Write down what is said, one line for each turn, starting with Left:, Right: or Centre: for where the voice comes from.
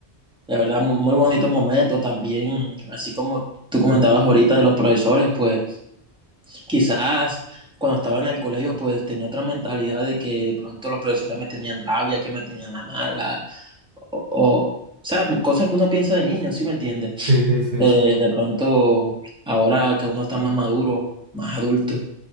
Centre: de verdad, muy, muy bonitos momentos también, así como tú comentabas ahorita de los profesores, pues Quizás cuando estaba en el colegio, pues tenía otra mentalidad de que de pronto los profesores me tenían rabia, que me tenían la mala, o, o, o sea, cosas que uno piensa de niño, ¿sí me entiende?
Right: <laughs> Sí, sí,
Centre: Eh,
Right: sí,
Centre: de pronto, ahora que uno está más maduro, más adulto,